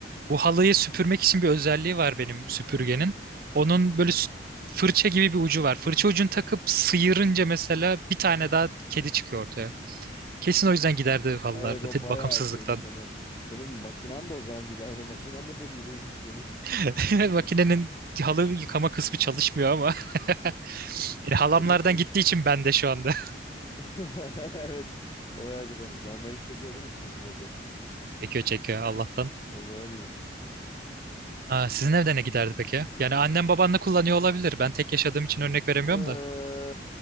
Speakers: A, on the right (about 50°); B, on the left (about 25°).
A: Bu halıyı süpürmek için bir özelliği var benim süpürgenin. Onun böyle sü- fırça gibi bir ucu var. Fırça ucunu takıp sıyırınca mesela bir tane daha kedi çıkıyor ortaya. Kesin o yüzden giderdi halılarda
B: Evet o
A: te-
B: bayağı
A: bakımsızlıktan.
B: şeymiş hani. Senin makinan da o zaman giderdi. Makinan da çok iyi değilmiş senin.
A: <laughs> Makinenin halı yıkama kısmı çalışmıyor ama. <laughs>
B: <laughs>
A: Yani halamlardan
B: O da şeymiş.
A: gittiği için ben de şu anda.
B: <laughs> Evet. O bayağı kötü olmuş. Normali çekiyor değil mi tozu mozu?
A: <laughs> Çekiyor çekiyor Allah'tan.
B: O zaman iyi.
A: Aa, sizin evde ne giderdi peki? Yani annem babanla kullanıyor olabilir. Ben tek yaşadığım için örnek veremiyorum
B: Ee,
A: da.